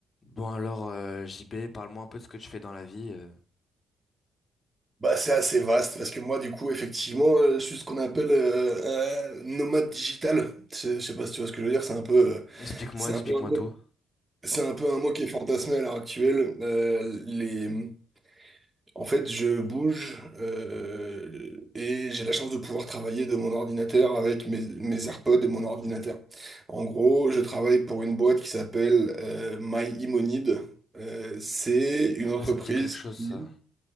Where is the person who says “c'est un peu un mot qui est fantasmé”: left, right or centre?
Right